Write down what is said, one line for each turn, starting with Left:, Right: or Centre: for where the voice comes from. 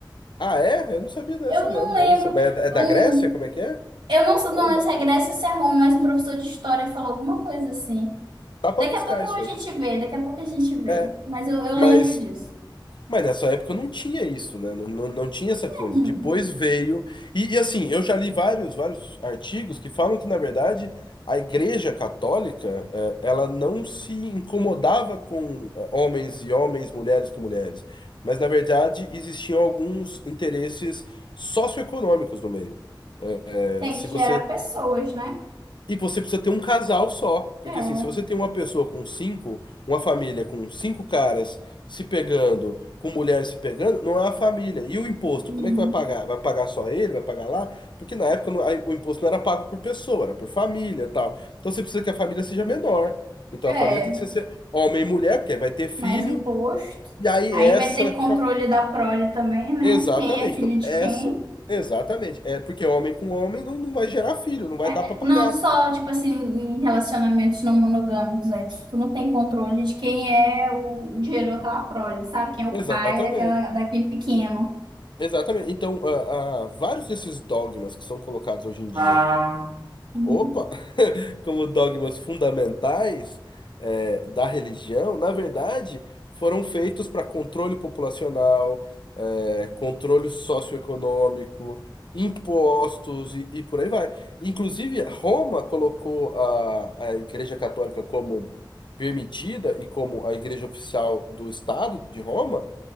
Left: Ah, é? Eu não sabia dessa,
Right: Eu não
Left: não.
Right: lembro,
Left: Olha só. Mas é da é da
Right: um,
Left: Grécia? Como é que é?
Right: eu não, sou-
Left: Oba,
Right: não lembro se é Grécia ou se é Roma, mas um professor de história falou alguma coisa assim.
Left: dá pra
Right: Daqui
Left: buscar
Right: a pouco
Left: isso
Right: a
Left: aí.
Right: gente vê, daqui a pouco a gente vê,
Left: É.
Right: mas eu, eu
Left: Mas.
Right: lembro disso.
Left: Mas nessa época não tinha isso, né? Não, não, não tinha essa coisa.
Right: É, Hum,
Left: Depois veio. E, e, assim, eu já li vários, vários artigos que falam que, na verdade, a Igreja Católica, eh, ela não se incomodava com eh, homens e homens, mulheres com mulheres. Mas, na verdade, existiam alguns interesses socioeconômicos no meio. Eh,
Right: tem
Left: Se
Right: que gerar
Left: você
Right: pessoas, né?
Left: e você precisa ter um casal só. Porque
Right: É.
Left: assim, se você tem uma pessoa com cinco, uma família com cinco caras se pegando, com mulheres se pegando, não é uma família. E o imposto,
Right: Uhum.
Left: como é que vai pagar? Vai pagar só ele? Vai pagar lá? Porque na época não- aí o imposto não era pago por pessoa, era por família e tal. Então você precisa que a família seja menor. Então
Right: É.
Left: a família tem que ser ser homem e mulher, porque aí vai ter filho.
Right: mais imposto.
Left: E aí
Right: Aí
Left: essa.
Right: vai ter controle
Left: fa-
Right: da prole também, né?
Left: Exatamente.
Right: Quem é filho
Left: Então
Right: de
Left: essa.
Right: quem.
Left: Exatamente. É porque homem com homem não, não vai gerar filho, não vai
Right: É,
Left: dar pra pagar.
Right: não só, tipo assim, em relacionamentos não monogâmicos, aí tu não tem controle de quem é o gerou aquela prole, sabe? Quem é o
Left: Exatamente.
Right: pai daquela, daquele pequeno.
Left: Exatamente. Então, ah, ah, vários desses dogmas que são colocados hoje em dia,
Right: Ah. Uhum.
Left: opa, <laughs> como dogmas fundamentais, eh, da religião, na verdade, foram feitos para controle populacional, eh, controle socioeconômico, impostos e, e por aí vai. Inclusive, Roma colocou a, a Igreja Católica como permitida e como a igreja oficial do Estado de Roma